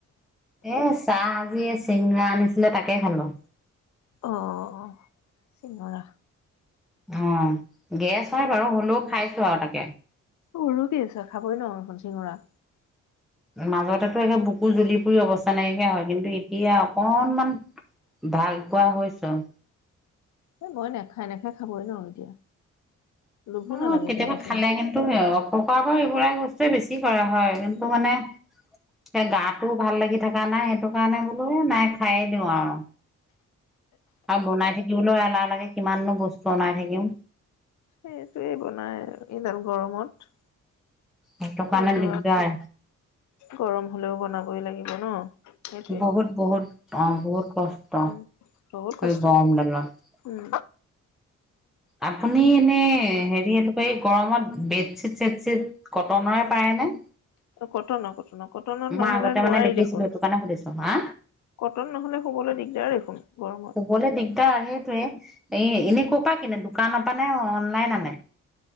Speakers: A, in the centre; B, on the left.
A: এ চাহ আজি চিঙৰা আনিছিলে, তাকে খালো।
B: অ', অ', অ', চিঙৰা।
A: অ', গেছ হয় বাৰু, হ'লেও খাইছো আৰু তাকে।
B: উৰু কি আছা, খাবই ন <unintelligible> চিঙৰা।
A: মাজতেটো একে বুকু জ্বলি পুৰি অৱস্থা নাইকিয়া হয়, কিন্তু এতিয়া অকনমান। ভাল পোৱা হৈছো।
B: এই মই নেখা নেখাই খাবই নোৱাৰো এতিয়া। লোভো
A: অ',
B: নালাগে
A: কেতিয়াবা
B: এতিয়া অৱশ্যে
A: খালে
B: মোক
A: কিন্তু এ, অপকাৰ কৰে এইবিলাক বস্তুৱে বেছি কৰা হয়। কিন্তু
B: উম
A: মানে। তিয়া গাটোও ভাল লাগি থাকা নাই সেইটো কাৰণে বোলো এ নাই খায়ে দিওঁ আৰু। আৰু বনাই থাকিবলৈ এলাহ লাগে, কিমাননো বস্তু অনাই থাকিম।
B: সেইটোৱে বনাই এইডাল গৰমত
A: সেইটো কাৰণে
B: মইতো
A: দিগদাৰ
B: আৰু গৰম হলেও বনাবই লাগিব ন। সেইটোৱে
A: বহুত, বহুত, অ', বহুত কষ্ট,
B: উম বহুত কষ্ট
A: এই গৰম দালত।
B: উম।
A: আপুনি এনে হেৰি এইটো এই গৰমত বেডশ্বীট ছেডশ্বীট, কটনৰে পাৰে নে?
B: কটন, কটন, কটনত নহলে
A: মই আগতে মানে
B: নোৱাৰি
A: দেখিছিলো
B: দেখোন।
A: সেইটো কাৰণে সুধিছো হা
B: কটন নহ'লে শুবলৈ দিগদাৰ দেখোন গৰমত।
A: শু'বলৈ দিগদাৰ সেইটোৱে এ এনেই ক'ৰপৰা কিনে দোকানৰ পৰা নে অনলাইন আনে?